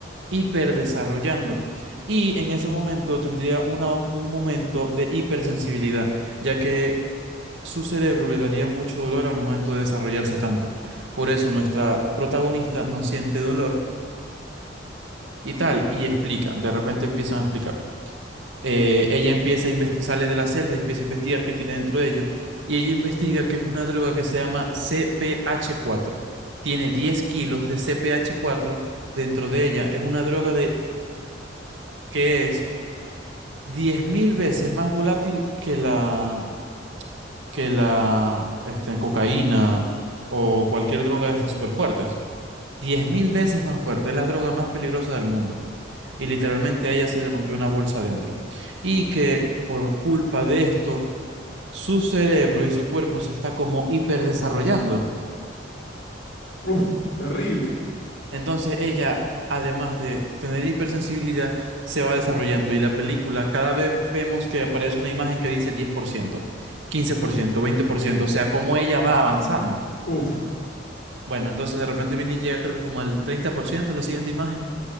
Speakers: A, on the right; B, on the left.
A: hiperdesarrollando. Y en ese momento tendría una, o- un momento de hipersensibilidad, ya que su cerebro le daría mucho dolor al momento de desarrollarse tanto. Por eso nuestra protagonista no siente dolor y tal, y explican, de repente empiezan a explicar. eh, ella empieza a investi- sale de la celda, empieza a investigar qué tiene dentro de ellos, y ella investiga que es una droga que se llama CPH4. Tiene 10 kilos de CPH4 dentro de ella. Es una droga de, que es 10.000 veces más volátil que la, que la este, cocaína o cualquier droga de estas súper fuertes. diez mil veces más fuerte. Es la droga más peligrosa del mundo. Y literalmente a ella se le rompió una bolsa adentro. Y que por culpa de esto su cerebro y su cuerpo se está como hiperdesarrollando.
B: uff, terrible,
A: Entonces ella, además de tener hipersensibilidad, se va desarrollando y la película cada vez vemos que aparece una imagen que dice diez por por ciento, ciento, quince por ciento, veinte por ciento, o sea, cómo ella va avanzando.
B: uff,
A: Bueno, entonces de repente viene y llega creo que como al 30% la siguiente imagen